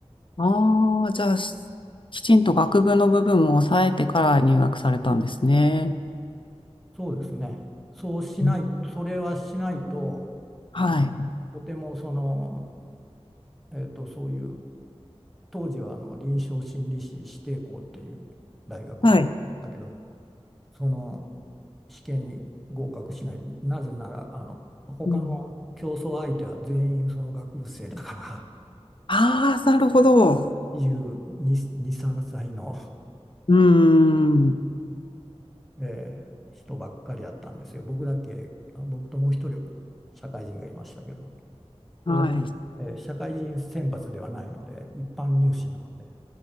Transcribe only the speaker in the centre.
そうですね。そうしない、
それはしないと、
とてもその、えっと、そういう、当時はあの臨床心理士指定校っていう大学院だけど
その試験に合格しない。なぜなら、あの、他の競争相手は全員その学部生だから、
22、3歳の、
えー人ばっかりだったんですよ。僕だけ、あ僕ともう一人社会人がいましたけど、それは、
えー社会人選抜ではないので、一般入試なので、